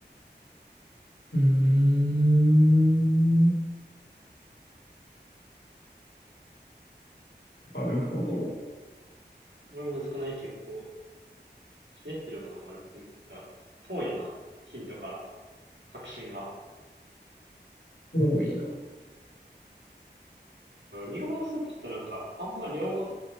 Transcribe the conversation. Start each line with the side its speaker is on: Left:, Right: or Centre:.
Left: うーん。なるほど。
Right: おこれむずくない結構。ひねってるよな、割と。いや遠いよな。ヒントから。確信が。
Left: 多いな。
Right: これ、海鴨のスープってなんか、あんま両門、